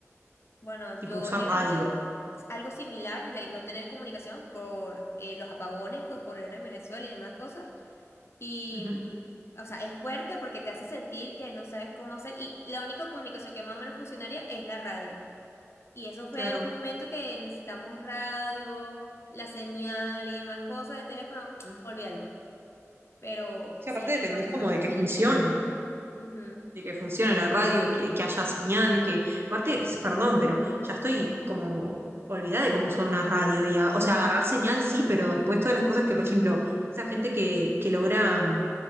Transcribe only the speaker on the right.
Tipo,
usar
radio.
Ujú,
claro.
O
sea,
aparte
dependés
como de que funcione.
de que funcione la radio, que, que haya señal, que aparte, s- perdón, pero ya estoy como olvidada de cómo usar una radio y, a- o sea, agarrar señal sí, pero después todas las cosas que, por ejemplo, esa gente que, que logra mm,